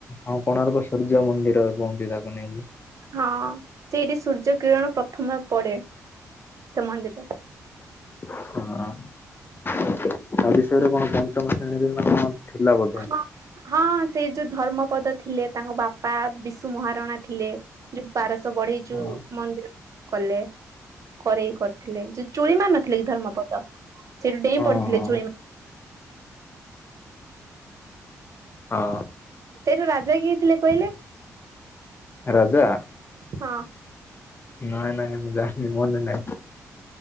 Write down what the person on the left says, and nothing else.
ଆଉ କୋଣାର୍କ ସୂର୍ଯ୍ୟ ମନ୍ଦିର କୁହନ୍ତି ତାକୁ ନେଇକି।
ଆଚ୍ଛା ହଁ ତା ବିଷୟରେ କଣ ପଞ୍ଚମ ଶ୍ରେଣୀରେ ନା କଣ ଥିଲା ବୋଧେ
ହଁ
ହଁ।
ହଁ।
ରାଜା।
ନାଇଁ ନାଇଁ ମୁଁ ଜାଣିନି ମନେ ନାହିଁ।